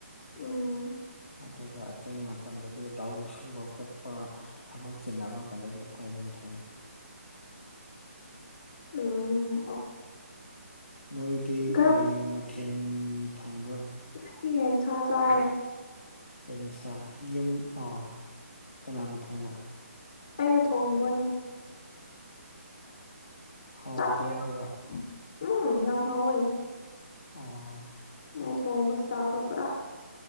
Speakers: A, on the left (about 40°); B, on the left (about 55°).
A: ꯎꯝ
B: ꯑꯗꯨꯒ ꯑꯇꯩ ꯃꯇꯝꯗꯗꯤ ꯂꯧ ꯁꯨꯕ ꯈꯣꯠꯄ ꯊꯕꯛ ꯆꯤꯟꯅꯕ ꯀꯥꯟꯗꯗꯤ ꯑꯩꯈꯣꯏ ꯑꯗꯨꯝ ꯊꯨꯡꯉꯤ
A: ꯑꯣ
B: ꯅꯣꯏꯗꯤ
A: ꯀꯔꯝ
B: ꯀꯔꯤ ꯃꯊꯦꯜ ꯊꯣꯡꯕ꯭ꯔꯣ
A: <unintelligible>
B: ꯌꯦꯟꯁꯥ ꯌꯨꯝ ꯑꯥꯏ ꯀꯅꯥꯅ ꯊꯣꯡꯕ
A: ꯑꯩꯅ ꯊꯣꯡꯕꯣꯅꯦ
B: ꯍꯥꯎ
A: ꯇꯥꯛꯄꯤꯔꯣ
B: ꯍꯥꯎꯕ꯭ꯔꯥ
A: ꯎꯝ ꯌꯥꯝ ꯍ‌ ꯑꯣꯏ
B: ꯑꯣ
A: ꯑꯩ ꯊꯣꯡꯕꯁ ꯇꯥꯎꯗꯣ ꯄꯨꯔꯥ